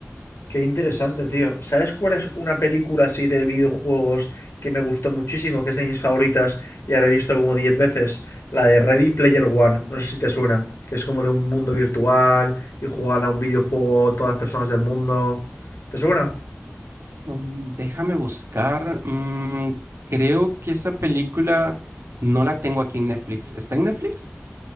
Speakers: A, on the left; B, on the right.
A: Qué interesante, tío. ¿Sabes cuál es una película así de videojuegos que me gustó muchísimo, que es de mis favoritas y ahora he visto como 10 veces? La de Ready Player One, no sé si te suena, que es como de un mundo virtual y juegan a un videojuego todas las personas del mundo. ¿Te suena?
B: Mm, Déjame buscar, mm, creo que esa película no la tengo aquí en Netflix. ¿Está en Netflix?